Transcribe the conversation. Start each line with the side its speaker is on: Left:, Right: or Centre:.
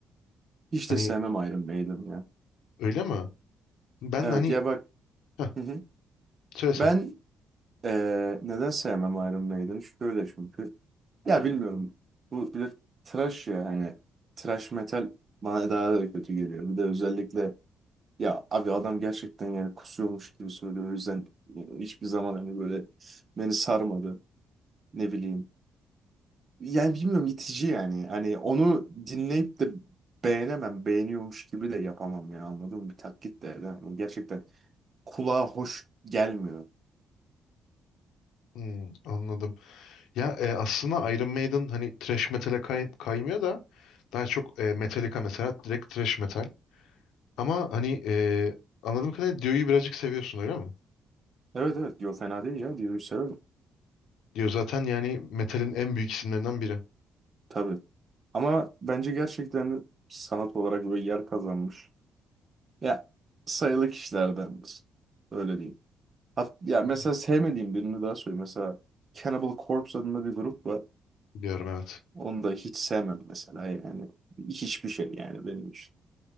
Right: Hiç
Left: Hani
Right: de sevmem Iron Maiden ya.
Left: öyle mi? Ben
Right: Evet
Left: hani
Right: ya bak.
Left: heh,
Right: Hı hı.
Left: söylesen.
Right: Ben Ee, neden sevmem Iron Maiden'ı? Şöyle çünkü ya bilmiyorum. Bu bir de trash ya hani trash metal bana daha da kötü geliyor. Bir de özellikle ya abi adam gerçekten yani kusuyormuş gibi söylüyor. O yüzden yani hiçbir zaman hani böyle beni sarmadı. Ne bileyim. Yani bilmiyorum itici yani. Hani onu dinleyip de beğenemem. Beğeniyormuş gibi de yapamam ya anladın mı? Bir taklit de. Yani gerçekten kulağa hoş gelmiyor.
Left: Hmm, anladım. Ya e, aslında Iron Maiden hani thrash metal'e kay- kaymıyor da daha çok e, Metallica mesela direkt thrash metal. Ama hani e, anladığım kadarıyla Dio'yu birazcık seviyorsun öyle mi?
Right: Evet evet diyor fena değil ya. Diyo'yu severim.
Left: Dio zaten yani metalin en büyük isimlerinden biri.
Right: Tabii. Ama bence gerçekten sanat olarak böyle yer kazanmış. Ya sayılı kişilerdendir. Öyle diyeyim. Hat ya
Left: Hmm.
Right: mesela sevmediğim birini daha söyleyeyim. Mesela Cannibal Corpse adında bir grup var.
Left: Biliyorum evet.
Right: Onu da hiç sevmem mesela yani. Hiçbir şey yani benim için.